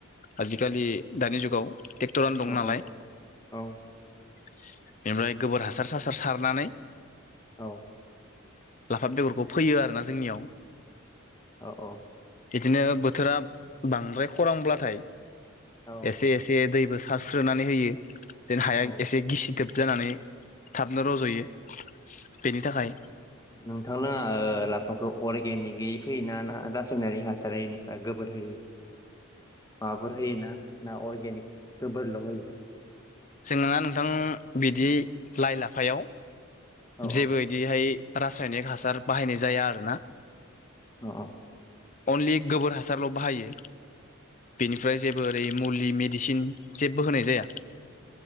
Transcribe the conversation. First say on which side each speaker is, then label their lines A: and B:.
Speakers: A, on the left (about 35°); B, on the left (about 15°).
A: आजिखालि दानि जुगाव। ट्रेक्टरानो दं
B: औ
A: नालाय।
B: औ औ
A: बेनिफ्राय गोबोर हासार सासार सारनानै
B: औ।
A: लाफा बेगरखौ फैयो आरोना जोंनियाव।
B: औ औ।
A: बिदिनो बोथोरा बांद्राय खरांब्लाथाय
B: औ
A: एसे एसे दै बो सारस्रोनानै होयो जेन हाया
B: औ
A: एसे गिसिदोब जानानै थाबनो रज'यो। बेनि थाखाय
B: नोंथांना ओ लाफ फाखौ अर्गेनिकयै फैयोना ना रासायनारि हासारै नोंसा गोबोर होयो। माबाफोर होयोना ना अर्गेनिक गोबोरल' होयो।
A: जोंना नोंथां बिदि लाइ लाफायाव
B: औ
A: जेबो बिदिहाय रासायनिक हासार बाहायनाय जाया आरोना।
B: औ औ।
A: अनलि गोबोर हासारल' बाहायो बेनिफ्राय जेबो ओरै मुलि मेडिसिन जेबो होनाय जाया।